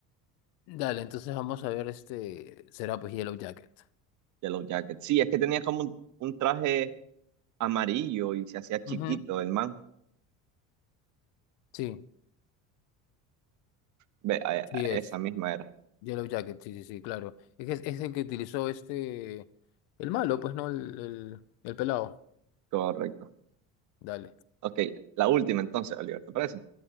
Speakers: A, on the left; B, on the right.
A: dale, entonces vamos a ver este. Será pues Yellow Jacket.
B: Yellow Jacket. Sí, es que tenía como un un traje amarillo y se hacía chiquito
A: Ujú,
B: el man.
A: Sí.
B: Ve, a- a-
A: Sí
B: esa
A: es,
B: misma era.
A: Yellow Jacket, sí, sí, sí, claro. Es, que es es el que utilizó este, el malo, pues, ¿no? El, el, el pelado.
B: Correcto.
A: Dale,
B: Ok, la última entonces, Oliver, ¿te parece?